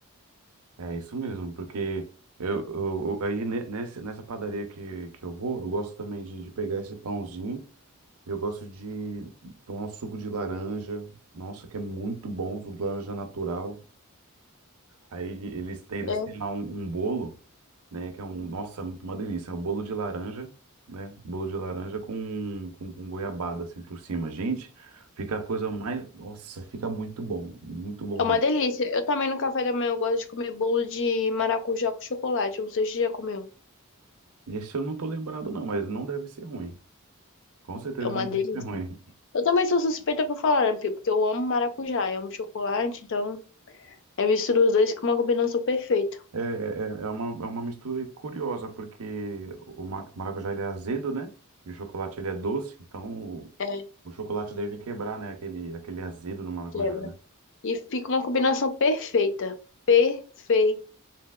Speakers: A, on the right; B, on the left.
A: é isso mesmo, porque eu, eu- eu- aí ne- nesse, nessa padaria que, que eu vou, eu gosto também de, de pegar esse pãozinho, eu gosto de tomar um suco de laranja, nossa, que é muito bom, suco de laranja natural. Aí eles têm, eles
B: É
A: têm lá um, um bolo, né? Que é um, nossa, muito- uma delícia. É um bolo de laranja, né? Bolo de laranja com, com, com goiabada assim por cima. Gente, fica a coisa mais. Nossa, fica muito bom. Muito bom
B: é uma
A: mesmo.
B: delícia. Eu também no café da manhã eu gosto de comer bolo de maracujá com chocolate. Não sei se você já comeu.
A: Esse eu não tô lembrado, não, mas não deve ser ruim. Com certeza
B: É uma
A: não deve
B: delícia.
A: ser ruim.
B: Eu também sou suspeita por falar, né, Pio? Porque eu amo maracujá, eu amo chocolate, então eu misturo os dois com uma combinação perfeita.
A: É, é, é é uma, é uma mistura curiosa, porque o ma- maracujá ele é azedo, né? E o chocolate ele é doce, então o,
B: É,
A: o chocolate deve quebrar, né? Aquele, aquele azedo do maracujá,
B: quebra.
A: né?
B: E fica uma combinação perfeita. Perfeita.